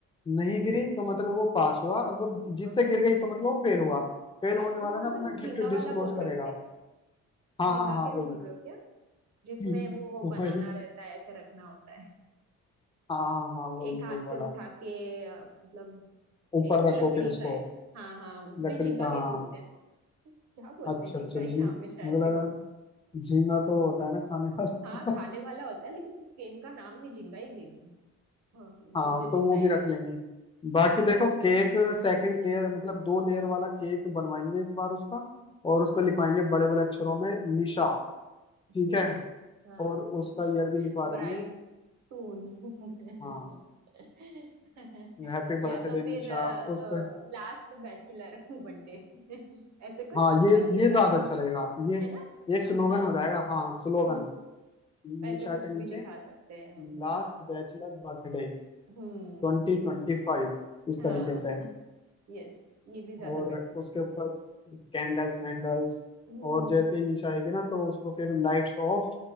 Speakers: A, on the left (about 15°); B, on the right (about 65°).
A: नहीं गिरी तो मतलब वो पास हुआ अगर जिससे
B: ओके
A: गिर गई तो मतलब वो फेल हुआ फेल होने
B: वो
A: वाला ना अपना
B: तुम झिंगा
A: गिफ्ट डिस्क्लोज
B: वाला बोल रहे
A: करेगा
B: हो क्या
A: हाँ
B: झिंगा
A: हाँ हाँ
B: गेम
A: वही
B: बोल रहे हो क्या जिसमें
A: <laughs>
B: वो
A: वही
B: बनाना रहता है ऐसे रखना होता है
A: हाँ हाँ हाँ वही
B: एक
A: वही
B: हाथ
A: वाला
B: से उठा के अ, मतलब
A: ऊपर
B: एक
A: रखो
B: लकड़ी
A: फिर उसको
B: का है हाँ हाँ उसको
A: लकड़ी
B: ही झिंगा
A: का
B: गेम
A: हाँ
B: बोलते हैं ना क्या बोलते
A: अच्छा
B: हैं झिंगा
A: अच्छा झींग
B: ही नाम है शायद
A: मुझे
B: से
A: लगा झींगा तो होता है ना खाने वाला
B: हाँ खाने
A: <laughs>
B: वाला होता है लेकिन इस गेम का नाम भी झिंगा ही गेम है हाँ, मुझे
A: हाँ
B: जितना
A: तो वो भी
B: याद
A: रख लेंगे
B: है
A: बाकी देखो केक सेकंड लेयर मतलब दो लेयर वाला केक बनवाएंगे इस बार उसका और उस पर लिखवाएंगे
B: हम्म,
A: बड़े बड़े अक्षरों में निशा
B: ठीक
A: ठीक है
B: है हाँ
A: और उसका ईयर भी लिखवा देंगे
B: ब्राइड सून <laughs>
A: हाँ हैप्पी
B: या
A: बर्थडे
B: तो फिर
A: निशा उस
B: लास्ट
A: पे
B: बैचलर बर्थडे <laughs> ऐसे कुछ
A: हाँ ये
B: फनी
A: ये ज्यादा
B: सा
A: अच्छा रहेगा ये
B: है ना
A: एक स्लोगन
B: अ, हाँ
A: हो जाएगा हाँ स्लोगन
B: हम्म
A: निशा
B: ऐसे कुछ
A: के नीचे
B: भी लिखा सकते हैं हम
A: लास्ट
B: हाँ
A: बैचलर बर्थडे
B: हम्म
A: ट्वेंटी ट्वेंटी फाइव इस
B: हाँ
A: तरीके से
B: यस ये भी ज्यादा
A: और
B: बेटर
A: उसके
B: है
A: ऊपर कैंडल्स वैंडल्स
B: हम्म
A: और जैसे ही निशा आएगी ना तो उसको फिर लाइट्स ऑफ